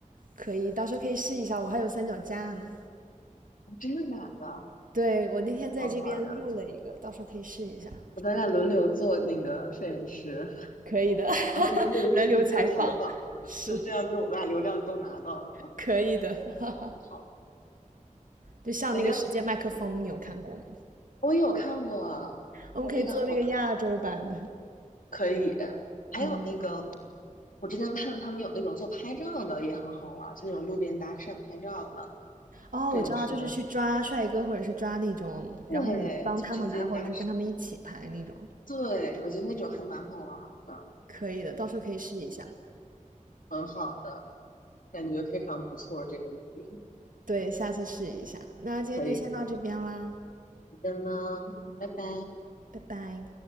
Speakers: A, on the right (about 80°); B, on the left (about 80°).
A: 可以，到时候可以试一下，我还有三脚架呢。
B: 真的假的？
A: 对，我那天在这边录了一个，
B: 好可爱啊！
A: 到时候可以试一下。
B: 我咱俩轮流做那个摄影师，
A: 可以的，<laughs>
B: 然后轮流出镜采访，
A: 轮流采访 <laughs>
B: 是吧？
A: 是
B: 就这样，就我们俩流量都拿到了。
A: 可以的。<laughs>
B: 好，
A: 就像那个世界麦克风，
B: 感觉很开心。
A: 你有看过吗？
B: 我有看过那个那个好可
A: 我们可以做那个亚洲版的。
B: 可以。还有那个，
A: 嗯，
B: 我之前看他们有那种做拍照的，也很好玩儿就那种路边搭讪拍照的，
A: 哦，
B: 摄影师那种。
A: 我知道，就是去抓帅哥，或者是抓那种，
B: 对，
A: 然后你帮他们拍，
B: 就直接搭讪。
A: 或者是跟他们一起拍那种，
B: 对，我觉得那种还蛮好玩儿的，
A: 可以的，到时候可以试一下。
B: 很好的，感觉非常不错。这个预定
A: 对，下次试一下。那今天就先到这边啦，
B: 可以，可以的呢，拜拜。
A: 拜拜。